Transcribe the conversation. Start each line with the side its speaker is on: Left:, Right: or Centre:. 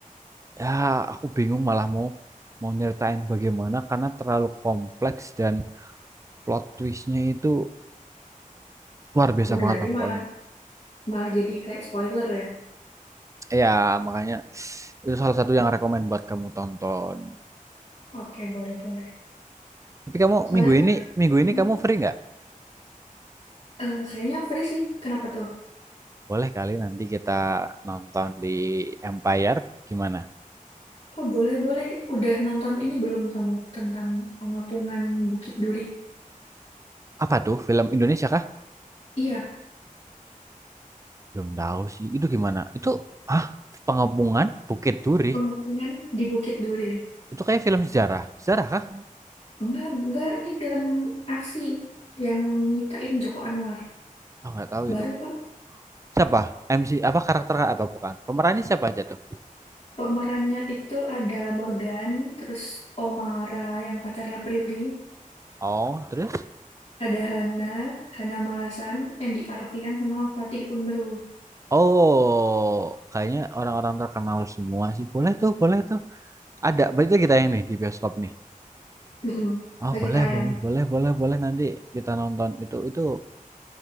Right: ya aku bingung malah mau mau nyeritain bagaimana karena terlalu kompleks dan plot twistnya itu luar biasa
Left: Waduh,
Right: banget
Left: nanti
Right: lah pokoknya.
Left: malah malah jadi kayak spoiler ya.
Right: Ya makanya itu salah satu yang rekomend buat kamu tonton.
Left: Oke, boleh-boleh.
Right: Tapi kamu
Left: Soalnya
Right: minggu
Left: kalau
Right: ini, minggu
Left: Hmm,
Right: ini kamu free nggak?
Left: eh, kayaknya free sih. Kenapa tuh?
Right: Boleh kali nanti kita nonton di Empire. Gimana?
Left: Oh, boleh-boleh. Udah nonton ini belum kamu tentang pengepungan Bukit Duri?
Right: Apa tuh film Indonesia kah?
Left: Iya,
Right: Belum tahu sih. Itu gimana? Itu ah Pengepungan Bukit Duri.
Left: pengepungan di Bukit Duri.
Right: Itu kayak film sejarah. Sejarah kah?
Left: Enggak, enggak. Ini film aksi yang nyitain Joko Anwar.
Right: Oh nggak tahu
Left: Baru
Right: itu.
Left: kok.
Right: Siapa? MC apa karakter apa bukan? Pemerannya siapa aja tuh?
Left: Pemerannya itu ada Morgan, terus Omara yang pacarnya Prilly,
Right: Oh terus?
Left: ada Hana, Hana Malasan, Andy Arfian, sama Fatih Unru.
Right: Oh kayaknya orang-orang terkenal semua sih. Boleh tuh, boleh tuh. Ada berarti kita yang nih di bioskop nih.
Left: Mm-mm.
Right: Oh
Left: Lagi
Right: boleh
Left: tayang.
Right: boleh boleh boleh boleh nanti kita nonton itu itu